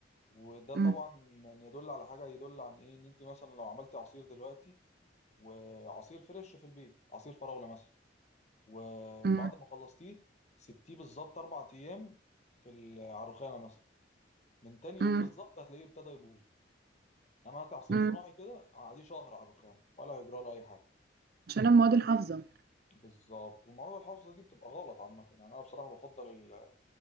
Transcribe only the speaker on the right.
امم
امم
امم
امم
عشان أنا مواد الحافظه